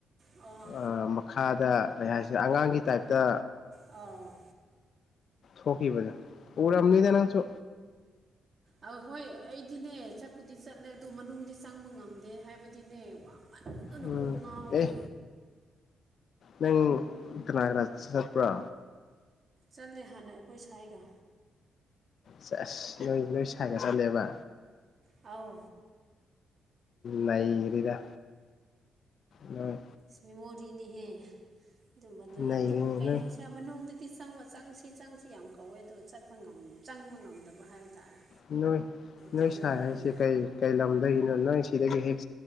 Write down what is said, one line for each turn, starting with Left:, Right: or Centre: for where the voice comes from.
Right: ꯑꯣ
Left: ꯑꯥ ꯃꯈꯥꯗ ꯂꯩ ꯍꯥꯏꯁꯤꯔ ꯑꯉꯥꯡꯒꯤ ꯇꯥꯏꯞꯇ
Right: ꯑꯥꯎ
Left: ꯊꯣꯛꯈꯤꯕꯗꯣ ꯎꯔꯝꯅꯤꯗ ꯅꯪꯁꯨ
Right: ꯑ ꯍꯣꯏ ꯑꯩꯗꯤꯅꯦ ꯆꯠꯄꯨꯗꯤ ꯆꯠꯂꯦ ꯑꯗꯨ ꯃꯅꯨꯡꯗꯤ ꯆꯪꯕ ꯉꯝꯗꯦ ꯍꯥꯏꯕꯗꯤꯅꯦ ꯋꯥꯡ ꯃꯟꯗꯨꯅ
Left: ꯎꯝ
Right: ꯀꯣꯛ ꯉꯥꯎꯋꯦ
Left: ꯑꯦ ꯅꯪ ꯀꯅꯥꯥ ꯀꯅꯥ ꯆꯠꯄꯔꯥ
Right: ꯆꯠꯂꯦ ꯍꯥꯟꯅ ꯑꯩꯈꯣꯏ ꯁꯥꯏꯒ
Left: ꯆꯦꯁ ꯅꯣꯏ ꯅꯣꯏ ꯁꯥꯏꯒ ꯆꯠꯂꯦꯕ꯫
Right: ꯑꯥꯎ
Left: ꯅꯩꯔꯤꯗ ꯅꯣꯏ
Right: ꯏꯁ ꯃꯦꯃꯣꯔꯤꯅꯤꯍꯦ ꯑꯗꯨꯝꯕꯗꯨ
Left: ꯅꯩꯔꯦꯅꯦ
Right: ꯑꯗꯨꯕꯨ ꯀꯩ
Left: ꯅꯣꯏ
Right: ꯍꯥꯏꯁ ꯔ ꯃꯅꯨꯡꯗꯗꯤ ꯆꯪꯕ ꯆꯪꯁꯤ ꯆꯪꯁꯤ ꯌꯥꯝ ꯀꯧꯋꯦ ꯑꯗꯨ ꯆꯠꯄ ꯉꯝ ꯆꯪꯕ ꯉꯝ ꯗꯕ ꯍꯥꯏ ꯇꯥꯔꯦ
Left: ꯅꯣꯏ ꯅꯣꯏ
Right: ꯀꯤꯖꯕꯒꯤ
Left: ꯁꯥꯏ ꯍꯥꯏꯁꯦ ꯀꯩ ꯀꯩ ꯂꯝꯗꯒꯤꯅꯣ ꯅꯪ ꯁꯤꯗꯒꯤ ꯍꯦꯛ